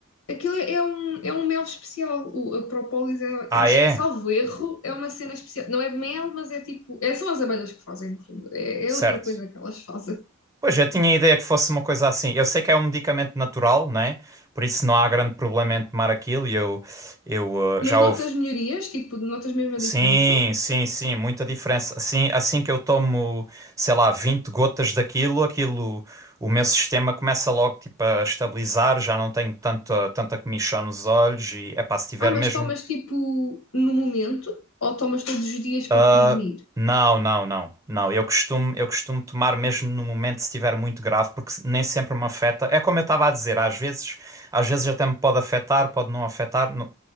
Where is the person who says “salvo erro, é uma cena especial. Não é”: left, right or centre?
Left